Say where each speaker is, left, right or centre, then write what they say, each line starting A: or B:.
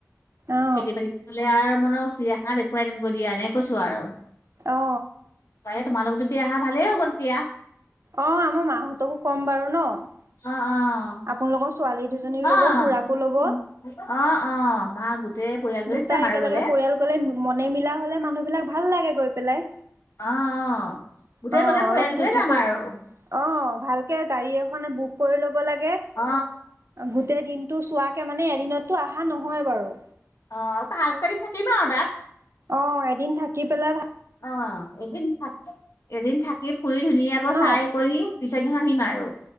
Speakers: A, on the right; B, on the left.
A: অ
B: খেতি -বাতি হ'লে আৰু মনৰ চিৰিয়াখানা দেখুৱাই আনিম গৈ দিয়া এনেকে কৈছো আৰু।
A: অ
B: পাৰিলে তোমালোক যদি আহা ভালেই হ'ব তেতিয়া।।
A: অহ, আমাৰ মাহঁতকো কম বাৰু ন'?
B: অ',
A: আপোনালোকৰ ছোৱালী
B: -
A: দুজনীক
B: অ', অহ
A: ল'ব
B: -অহ
A: খুৰাকো ল'ব।
B: -অহ- অহ -অহ ভা গোটেই পৰিয়ালটোৱে
A: তাই
B: যাম আৰু
A: একেলগে
B: গ'লে
A: পৰিয়াল গ'লে মনে মিলা হলে মানুহবিলাক ভাল লাগে গৈ পেলাই।
B: অ', -অ', গোটেই
A: অ',
B: গলে
A: অলপ
B: পৰিয়ালটোৱে
A: ফূৰ্তি
B: যাম
A: চত
B: আৰু।
A: অ', ভালকে গাড়ী এখনে বুক কৰি ল'ব লাগে
B: অ
A: গোটেই দিন টো চোৱাকে মানে এদিনততো আহা নহয় বাৰু।
B: অহ, ভাল কৰি থাকিম আৰু তাত।
A: অহ, এদিন থাকি পেলাই ভা
B: অহ, এদিন থাকি- এদিন থাকি ফুৰি ধুনীয়াকৈ
A: ন
B: চাই কৰি পিছতদিনাখন আহিম আৰু।